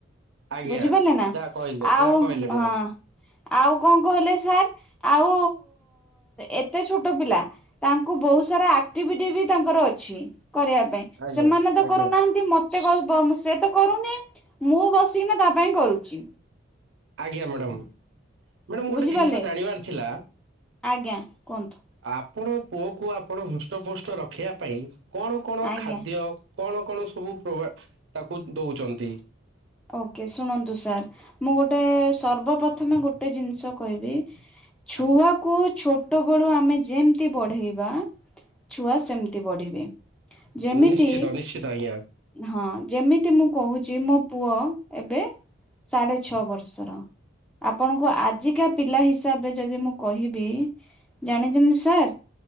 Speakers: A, on the right; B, in the centre.
A: ଆଜ୍ଞା।
B: ବୁଝିପାରିଲେ ନାଁ।
A: ଯାହା କହିଲେ
B: ଆଉ
A: ଯାହା କହିଲେ ମ୍ୟାଡ଼ାମ
B: ହଁ ଆଉ କଣ କହିଲେ ସାର୍ ଆଉ ଏତେ ଛୋଟ ପିଲା ତାଙ୍କୁ ବୋହୁତ ସାରା ଆକ୍ଟିଭିଟି ବି ତାଙ୍କର ଅଛି। କରିବା ପାଇଁ
A: ଆଜ୍ଞା
B: ସେମାନେ ତ
A: ଆଜ୍ଞା
B: କରୁନାହାନ୍ତି ମ ସେ କ ବ ମୁଁ ସେ ତ କରୁନି ମୁଁ ବସିକିନା ତା ପାଇଁ କରୁଚି।
A: ଆଜ୍ଞା ମାଡ଼ମ୍। ମାଡ଼ାମ ଗୋଟେ
B: ବୁଝିପାରିଲେ
A: ଜିନିଷ ଜାଣିବାର ଥିଲା
B: ଆଜ୍ଞା କୁହନ୍ତୁ
A: ଆ ଆପଣ ପୁଅକୁ ଆପଣ ହୃଷ୍ଟ ପୃଷ୍ଟ ରଖିବା ପାଇଁ କଣ କଣ
B: ଆଜ୍ଞା
A: ଖାଦ୍ୟ କଣ କଣ ସବୁ ପ୍ର ତାକୁ ଦୋଉଚନ୍ତି?
B: ଓକେ ଶୁଣନ୍ତୁ ସାର୍ ମୁଁ ଗୋଟେ ସର୍ବ ପ୍ରଥମେ ଗୋଟେ ଜିନିଷ କହିବି ଛୁଆକୁୁ
A: ଆଜ୍ଞା।
B: ଛୋଟ ବେଳୁ ଆମେ ଯେ- ଯେମତି ବଢେଇବା ଛୁଆ ସେମତି ବଢିବେ। ଯେମିତି
A: ନିଶ୍ଚିତ ନିଶ୍ଚିତ ଆଜ୍ଞା।
B: ହଁ ଯେମିତି ମୁଁ କୋହୁ ଯେ ମୋ ପୁଅ ଏବେ ସାଢେ ଛଅ ବର୍ଷର ଆପଣଙ୍କୁ ଆଜିକା ପିଲା ହିସାବରେ ଯଦି ମୁଁ କହିବି ଜାଣିଛନ୍ତି ସାର୍